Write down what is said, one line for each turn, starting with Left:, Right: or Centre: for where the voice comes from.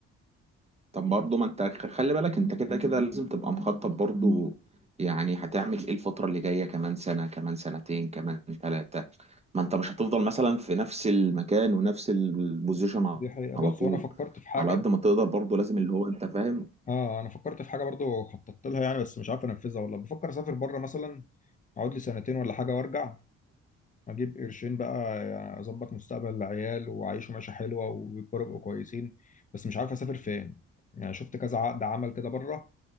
Right: طب برضه ما انت خلي بالك انت كده كده لازم تبقى مخطط برضه يعني هتعمل ايه الفترة اللي جاية كمان سنة كمان سنتين كمان ثلاثة ما انت مش هتفضل مثلا في نفس المكان ونفس البوزيشن
Left: دي حقيقة
Right: على
Left: بص
Right: طول
Left: وانا فكرت في حاجه
Right: على قد ما تقدر برضه لازم اللي هو انت فاهم
Left: اه انا فكرت في حاجه برضو خططت لها يعني بس مش عارف انفذها والله بفكر اسافر بره مثلا اقعد لي سنتين ولا حاجه وارجع اجيب قرشين بقى يعني اظبط مستقبل العيال وعيشوا معيشه حلوه ويكبروا يبقوا كويسين بس مش عارف اسافر فين يعني شفت كذا عقد عمل كده بره